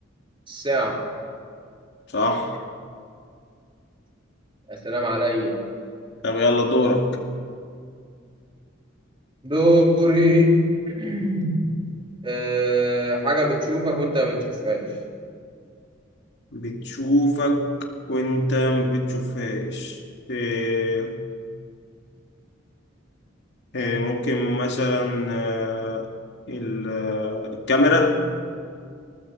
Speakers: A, on the right (about 25°); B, on the left (about 60°).
A: الساعة
B: صح
A: السلام عليا
B: طب يلا دورك
A: دوري <clears throat> آه، حاجة بتشوفك وأنت ما بتشوفهاش
B: بتشوفك وانت ما بتشوفهاش إيه إيه ممكن مثلا آه، ال- آه، الكاميرا